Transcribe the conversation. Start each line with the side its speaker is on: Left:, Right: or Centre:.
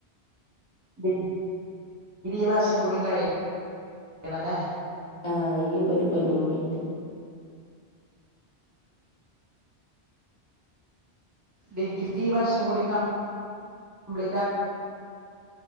Right: ഡിഗ്രി ഈ വർഷക്കൂടി കഴിയണല്ലേ
Left: ആഹ് ഈ കൊല്ല് കൊല്ലക്കൂടിണ്ട്
Right: ഡിഗ്രി ഈ വർഷക്കൂടി കംപ്ലീറ്റാക്ക്